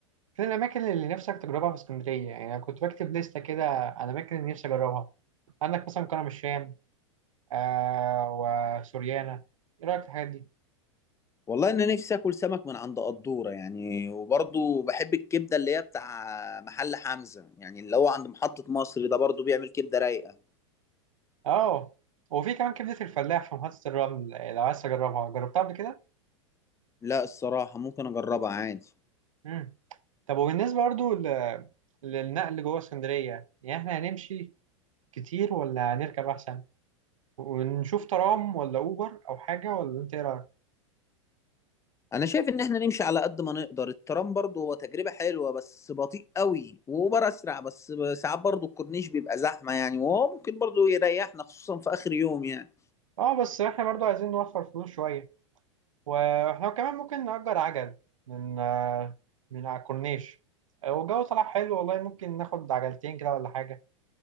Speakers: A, on the right (about 85°); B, on the left (about 15°).
A: فين الاماكن اللي نفسك تجربها في اسكندريه يعني انا كنت بكتب لسته كده على الاماكن اللي نفسي اجربها عندك مثلا كرم الشام آه وسوريانا ايه رايك في الحاجات دي
B: والله انا نفسي اكل سمك من عند قدوره يعني وبرضو بحب الكبده اللي هي بتاع محل حمزه يعني اللي هو عند محطه مصر ده برضو بيعمل كبده رايقه
A: اه وفي كمان كبدة الفلاح في محطة الرمل آه، لو عايز تجربها جربتها قبل كده؟
B: لا الصراحه ممكن اجربها عادي
A: مم. طب وبالنسبة برضو ل- للنقل جوه اسكندرية يعني احنا هنمشي كتير ولا هنركب أحسن؟ ونشوف ترام ولا أوبر أو حاجة ولا أنت إيه رأيك؟
B: انا شايف ان احنا نمشي على قد ما نقدر الترام برضو هو تجربه حلوه بس بطيء قوي واوبر اسرع بس ساعات برضو الكورنيش بيبقى زحمه يعني وهو ممكن برضو يريحنا خصوصا في اخر يوم يعني
A: اه بس احنا برضو عايزين نوفر فلوس شوية واحنا كمان ممكن نأجر عجل من آه، من على الكورنيش آه، والجو طلع حلو والله ممكن ناخد عجلتين كده ولا حاجة